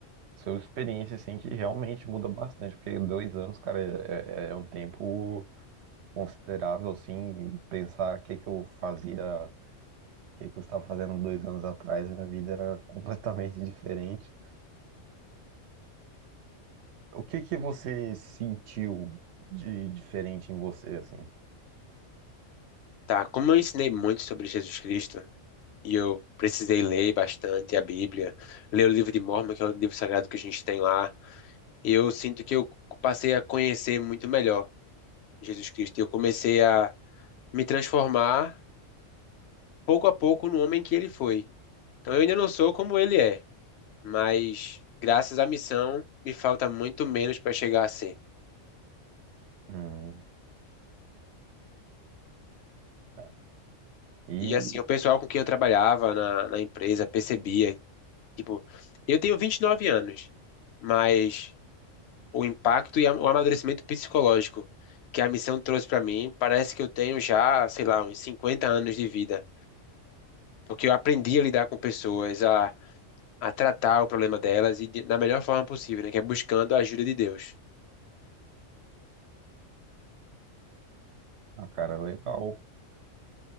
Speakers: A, on the right; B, on the left.
A: ser uma experiência assim que realmente muda bastante, porque dois anos, cara, é, é- é um tempo considerável, assim, pensar o que que eu fazia, o que que eu estava fazendo dois anos atrás, minha vida era completamente <laughs> diferente. O que que você sentiu de diferente em você, assim?
B: Tá, como eu ensinei muito sobre Jesus Cristo, e eu precisei ler bastante a Bíblia, ler o livro de Mormon, que é o livro sagrado que a gente tem lá, eu sinto que eu passei a conhecer muito melhor Jesus Cristo, e eu comecei a me transformar pouco a pouco no homem que ele foi. Então eu ainda não sou como ele é, mas graças à missão me falta muito menos para chegar a ser.
A: Hum, é, e,
B: E assim, o pessoal com quem eu trabalhava na, na empresa percebia, tipo, eu tenho 29 anos, mas o impacto e a- o amadurecimento psicológico que a missão trouxe para mim, parece que eu tenho já, sei lá, uns 50 anos de vida, porque eu aprendi a lidar com pessoas, a, a tratar o problema delas e de- da melhor forma possível, né, que é buscando a ajuda de Deus.
A: ah, cara, legal.